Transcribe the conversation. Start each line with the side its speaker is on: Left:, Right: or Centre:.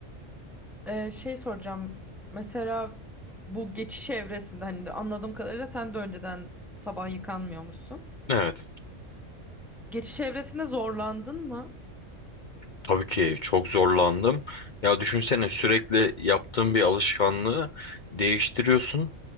Centre: e, şey soracağım mesela bu geçiş evresinde hani de anladığım kadarıyla sen de önceden sabah yıkanmıyormuşsun.
Left: Evet.
Centre: Geçiş evresinde zorlandın mı?
Left: Tabii ki çok zorlandım. Ya düşünsene sürekli yaptığın bir alışkanlığı değiştiriyorsun